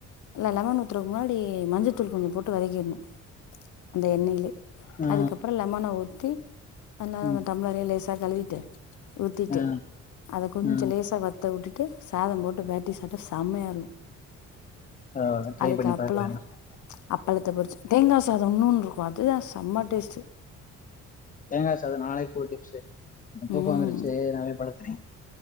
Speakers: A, on the left; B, on the left.
A: இல்ல லமன் ஊத்துறக் முன்னாடி மஞ்சள்த்தூள் கொஞ்சோ போட்டு வதக்கிட்ணு அந்த எண்ணெயிலே
B: ஆ
A: அதுக்கப்புறோ லெமன ஊத் தி நல்லா
B: ம்
A: அந்த டம்ளரே லேஸ் சா கழுவிட்டு ஊத்திட்டு
B: ஆ
A: அத கொஞ்சோ
B: ஆ
A: லேசா வத்த உட்டு சாதம் போட்டு பெரட்டி சாட்டா சமையா
B: நா வேணா ட்ரை
A: அதுக்கு
B: பண்ணி
A: அப்பளோ
B: பாக்குறேனா
A: அப்பளத்த பொறிச்சு தேங்க சாத இன்னோன்ருக்கு அதுதா செம்ம டேஸ்ட்டு
B: தேங்கா சாத நாளைக்கொரு டிப்ஸு எனக்கு தூக்க
A: ம்
B: வந்துருச்சு நா போய் படுக்கிறே